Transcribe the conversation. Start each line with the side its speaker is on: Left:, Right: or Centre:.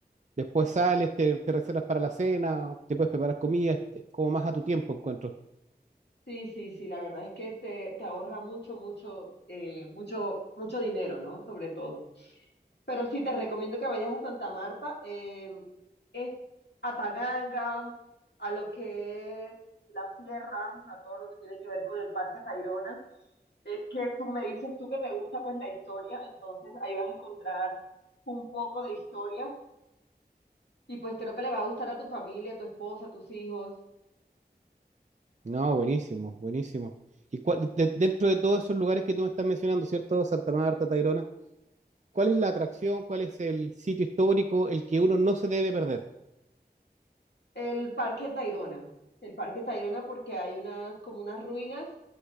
Right: Después sales, te, te reservas para la cena, o te puedes preparar comidas, es como más a tu tiempo encuentro.
Left: Sí, sí, sí, la verdad es que te, te ahorra mucho, mucho, eh, mucho, mucho dinero, ¿no? Sobre todo. Pero sí, te recomiendo que vayas a Santa Marta, eh, es a Taganga, a lo que es la sierra, a todo lo que tiene que ver con el Parque Tayrona. Es que tú me dices tú que te gusta pues la historia, entonces ahí vas a encontrar un poco de historia y pues creo que le va a gustar a tu familia, a tu esposa, a tus hijos.
Right: No, buenísimo, buenísimo. Y cuál- de- dentro de todos esos lugares que tú me estás mencionando, ¿cierto? Santa Marta, Tayrona, ¿cuál es la atracción? ¿Cuál es el sitio histórico, el que uno no se debe perder?
Left: El Parque Tayrona, el Parque Tayrona porque hay unas como unas ruinas